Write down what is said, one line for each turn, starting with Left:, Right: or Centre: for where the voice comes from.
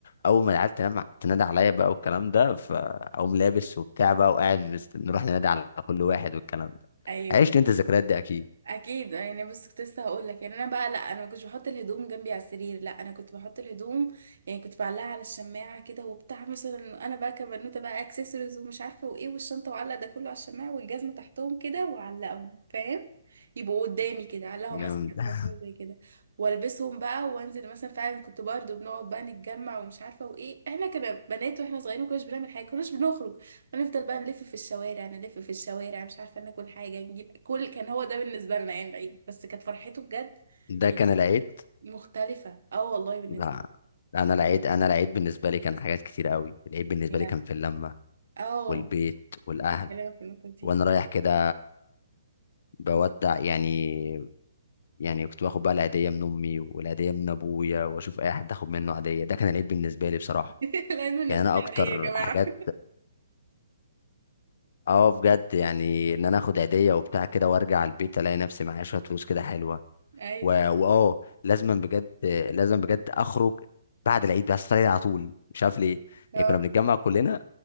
Left: اول ما العيال تنام تنادى عليا بقى والكلام ده فاقوم لابس وبتاع بقى وقاعد مست- نروح ننادي على كل واحد والكلام ده
Right: ايوه
Left: عشت انت الذكريات دي اكيد
Right: اكيد يعني بس كنت لسه هقول لك يعني انا بقى لا انا ما كنتش بحط الهدوم جنبي على السرير لا انا كنت بحط الهدوم يعني كنت بعلقها على الشماعه كده وبتاع مثلا انا بقى كبنوته بقى اكسسوارز ومش عارفه وايه والشنطه وعلق ده كله على الشماعه والجزمه تحتهم كده واعلقهم فاهم يبقوا قدامي كده اعلقهم
Left: جامد
Right: مثلا
Left: <laughs>
Right: على حاجة زي كده والبسهم بقى وانزل مثلا فعلا كنت برضو بنقعد بقى نتجمع ومش عارفه وايه احنا كنا بنات واحنا صغيرين ما كناش بنعمل حاجه كناش بنخرج هنفضل بقى نلف في الشوارع نلف في الشوارع مش عارفه ناكل حاجه نجيب كل كان هو ده بالنسبه لنا يعني العيد بس كانت فرحته بجد
Left: ده
Right: يعني
Left: كان العيد
Right: مختلفه اه والله بالنسبه
Left: لا
Right: لي
Left: انا العيد انا العيد بالنسبه لي كان حاجات كتير قوي العيد بالنسبه
Right: يعني
Left: لي كان في اللمه
Right: اه
Left: والبيت والاهل
Right: كلامك في النقطه دي
Left: وانا رايح كده بودع يعني يعني كنت باخد بقى العيدية من أمي والعيدية من أبويا وأشوف أي حد آخد منه عيدية ده كان العيد بالنسبة لي بصراحة
Right: <laughs> العيد بالنسبه
Left: يعني أنا
Right: لي
Left: أكتر
Right: عاديه يا جماعه
Left: حاجات أه بجد يعني إن أنا آخد عيدية وبتاع كده وأرجع البيت ألاقي نفسي معايا شوية فلوس كده حلوة
Right: <laughs> ايوه
Left: و... وأه لازما بجد لازم بجد أخرج بعد العيد بقى العيد على طول مش عارف ليه
Right: اه
Left: يعني كنا بنتجمع كلنا